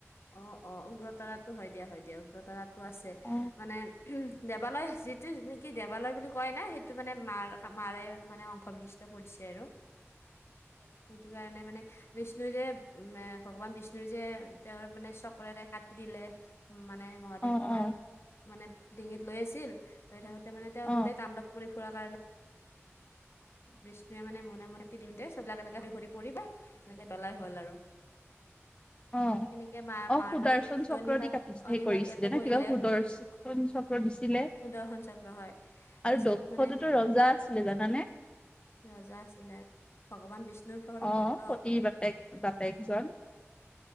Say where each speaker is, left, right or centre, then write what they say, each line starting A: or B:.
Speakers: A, on the left; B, on the left.
A: অ অ উগ্ৰতাৰাটো হয় দিয়া হয় দিয়া উগ্ৰতাৰো আছে
B: অ
A: মানে দেৱালয় যিটো নেকি দেৱালয় বুলি কয় ন সেইটো মানে মাৰ মাৰে মানে অংশভিষ্টা। পৰিছে আৰু
B: <inaudible>
A: সেইটো কাৰণে মানে বিষ্ণু যে ভগৱান বিষ্ণুৰ যে তেওঁৰ মানে চকৰেৰে কাটি দিলে মানে মহাদেৱ
B: অ
A: বাবাৰ
B: অ
A: মানে ডিঙিত লৈ আছিল লৈ থাকোঁতে মানে তেওঁ
B: অ
A: গোটেই তাণ্ডৱ কৰি ফুৰা কাৰণে বিষ্ণুৱে মানে মনে মনে দিওঁতে চোলাক এনেকে বিহৰি পৰিবা এনেকে ডলাই হল আৰু
B: <inaudible> অ
A: সেনেকে মাৰ
B: অ
A: মাৰ
B: সুদৰ্শন
A: মানে
B: চক্ৰ
A: অগ্নিভাগ
B: দি কাটিছেে
A: অগ্নিভাগ
B: কৰিছিলে
A: ইয়াতে
B: ন
A: পৰিলে
B: কিবা সুদৰ্শন
A: উম
B: চক্ৰ ছিলে
A: সুদৰ্শন চক্ৰ হয় তাৰপিছত
B: আৰু দক্ষতাতো
A: মানে
B: ৰজা আছিলে জানা
A: ৰজা আছিলে ভগৱান বিষ্ণু ৰ পৰম
B: অ
A: ভক্ত
B: সতীৰ বাপেক বাপেকজন